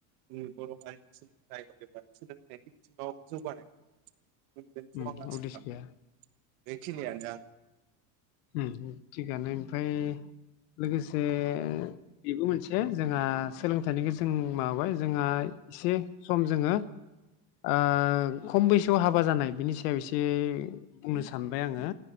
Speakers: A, on the right; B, on the left.
A: जोंनि बर'हाय सोलोंथाइ एबा सोलोंथाइनि बिथिङाव जौगानाय मोनगोनखौ
B: उम
A: आं आसा
B: उदिस
A: खालाम
B: गैया
A: बेखिनियानो ना ।
B: उम थिगानो ओमफ्राय लोगोसे बेबो मोनसे जोंहा सोलोंथाइनिखौ जों माबाबाय जोंहा एसे सम जोङो ओ खम बैसोआव हाबा जानाय बिनि सायाव एसे बुंनो सानबाय आङो